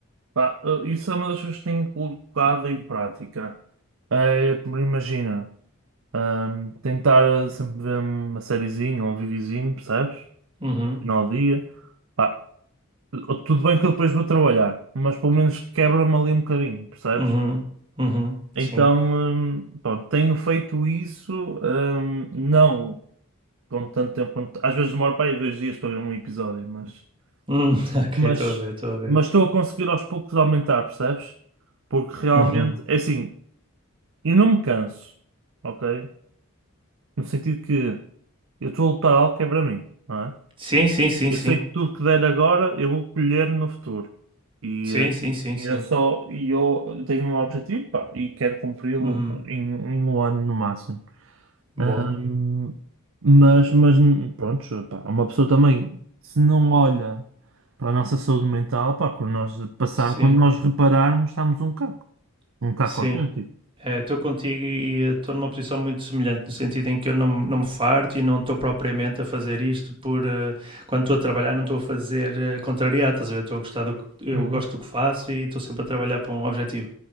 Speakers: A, on the right; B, on the right.
A: Pá, eh, isso é uma das coisas que tenho colocado em prática. É, imagina, ahm, tentar eh, sempre ver uma sériezinha ou um videozinho, percebes?
B: Uhum,
A: Final do dia. Pá, eh, tudo bem que eu depois vou trabalhar, mas pelo menos quebra-me ali um bocadinho, percebes?
B: uhum, uhum,
A: Então,
B: sim.
A: ahm, pronto, tenho feito isso, ahm, não com tanto tempo. quanto- Às vezes demoro para aí dois dias para ver um episódio, mas,
B: Hum, <laughs> ok,
A: mas,
B: estou a ver, estou a ver.
A: mas estou a conseguir aos poucos aumentar, percebes? Porque realmente,
B: Uhum.
A: é assim. E não me canso, ok? No sentido que eu estou a lutar algo que é para mim, não é?
B: Sim, sim, sim,
A: Eu
B: sim.
A: sei que tudo que der agora eu vou colher no futuro. E,
B: Sim,
A: eh,
B: sim, sim,
A: e
B: sim.
A: é só, e eu tenho um objetivo, pá, e quero cumpri-lo
B: Uhum.
A: em, em um ano no máximo.
B: Boa.
A: Ahm, mas, mas pronto, pá, uma pessoa também, se não olha para a nossa saúde mental, pá, quando nós passarmos,
B: Sim,
A: quando nós repararmos, estamos um caco, um caco
B: sim.
A: autêntico.
B: Eh, Estou contigo e estou numa posição muito semelhante, no sentido em que eu não, me- não me farto e não estou propriamente a fazer isto por... eh, quando estou a trabalhar não estou a fazer eh, contrariado, estás a ver? Estou a gostar do que... Eu
A: Uhum.
B: gosto do que faço e estou sempre a trabalhar para um objetivo.